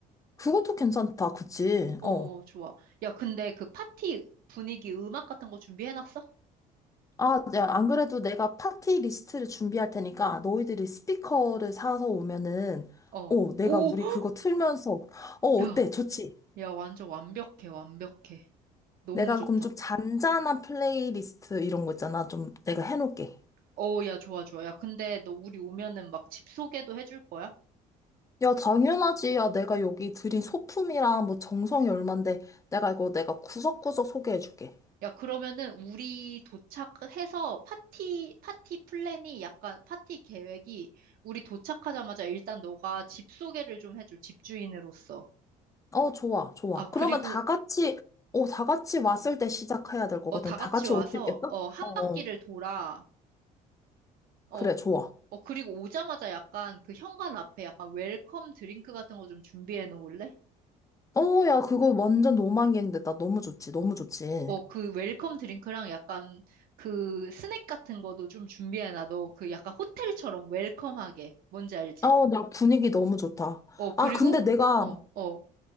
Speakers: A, on the left; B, on the right.
A: 그것도 괜찮다. 그치?
B: 어,
A: 어.
B: 좋아. 야, 근데 그 파티 분위기 음악 같은 거 준비해놨어?
A: 아, 야, 안 그래도 내가 파티 리스트를 준비할 테니까 너희들이 스피커를 사서 오면은,
B: 어.
A: 어, 내가
B: 오,
A: 우리
B: <gasps>
A: 그거 틀면서, 어, 어때?
B: 야.
A: 좋지?
B: 야, 완전 완벽해, 완벽해. 너무
A: 내가
B: 좋다.
A: 그럼 좀 잔잔한 플레이리스트 이런 거 있잖아. 좀 내가 해놓을게.
B: 어, 야, 좋아, 좋아. 야, 근데 너 우리 오면은 막 집 소개도 해줄 거야?
A: 야, 당연하지. 야, 내가 여기 들인 소품이랑 뭐 정성이 얼만데 내가 이거 내가 구석구석 소개해줄게.
B: 야, 그러면은 우리 도착해서 파티, 파티 플랜이 약간, 파티 계획이 우리 도착하자마자 일단 너가 집 소개를 좀 해줘, 집주인으로서.
A: 어, 좋아, 좋아.
B: 아, 그리고,
A: 그러면 다 같이, 어, 다 같이 왔을 때 시작해야 될 거거든.
B: 어, 다 같이
A: 다 같이
B: 와서,
A: 올 수 있겠어?
B: 어, 한
A: 어,
B: 바퀴를
A: 어.
B: 돌아. 어,
A: 그래, 좋아.
B: 어, 그리고 오자마자 약간 그 현관 앞에 약간 웰컴 드링크 같은 거 좀 준비해 놓을래?
A: 어, 야, 그거 완전 로망이었는데, 나 너무 좋지, 너무 좋지.
B: 어, 그 웰컴 드링크랑 약간 그 스낵 같은 것도 좀 준비해놔. 너그 약간 호텔처럼 웰컴하게. 뭔지 알지?
A: 어, 나 분위기 너무 좋다.
B: 어, 그리고,
A: 아, 근데 내가,
B: 어, 어.